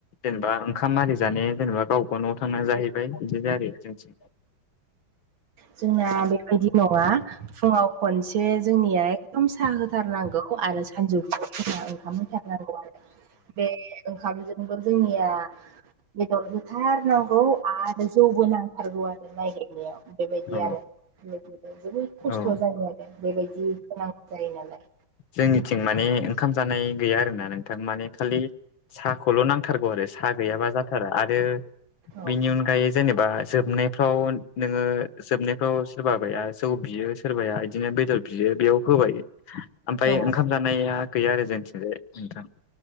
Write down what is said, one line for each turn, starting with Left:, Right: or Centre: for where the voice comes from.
Left: जेनेबा ओंखाम आरि जानाया जेनेबा गावबा गाव न'आव थांना जाहैबाय बिदिनो आरो जोंथि
Right: जोंना बेबायदि नङा फुङाव खनसे जोंनिया एकदम साहा होथारनांगौ आरो सानजौफुआव जोंहा ओंखाम होथारनांगौ आरो बे ओंखामजों नोंगौ जोंनिया बेदर होथारनांगौ आरो जौबो नांथारगौ आरो बे माय गायनायाव बेबायदि
Left: औ
Right: आरो बिदिनो जोबोद खस्थ'
Left: औ
Right: जायो आरो बेबायदि नांगौ जायो नालाय
Left: जोंनिथिं माने ओंखाम जानाय गैया आरो ना नोंथां माने खालि साखौल' नांथारगौ आरो सा गैयाबा जाथारा आरो
Right: औ
Left: बेनि अनगायै जेनेबा जोबनाय फ्राव नोङो जोबनायफ्राव सोरबाबाया जौ बियो सोरबाया बिदिनो बेदर बियो बेयाव होबाय ओमफ्राय
Right: औ
Left: ओंखाम जानाया गैया आरो जोंथिंजाया नोंथां